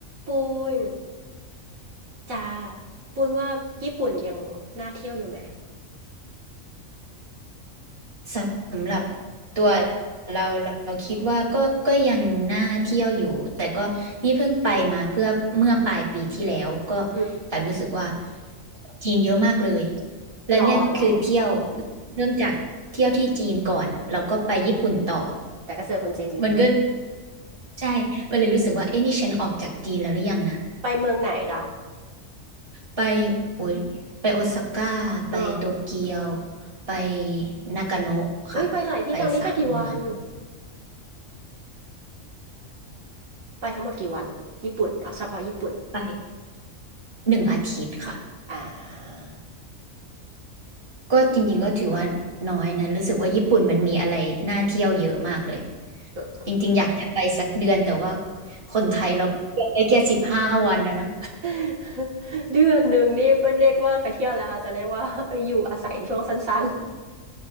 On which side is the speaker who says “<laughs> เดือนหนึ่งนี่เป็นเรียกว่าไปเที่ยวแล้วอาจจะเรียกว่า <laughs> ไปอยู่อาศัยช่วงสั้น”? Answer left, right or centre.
Right